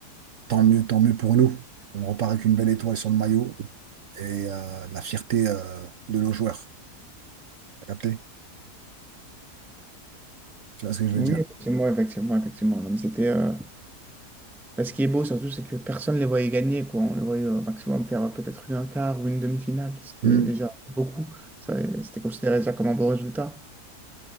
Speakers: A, on the right; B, in the centre.
A: tant mieux, tant mieux pour nous. On repart avec une belle étoile sur le maillot et euh, la fierté euh, de nos joueurs. T'as capté? Tu vois ce que je veux
B: Oui,
A: dire?
B: effectivement, effectivement, effectivement. Non, mais c'était, euh, bah, ce qui est beau surtout, c'est que personne ne les voyait gagner, quoi. On les voyait au maximum faire euh, peut-être une un quart ou une demi-finale. C'était
A: Hmm,
B: déjà beaucoup. Ça, C'était considéré déjà comme un beau résultat.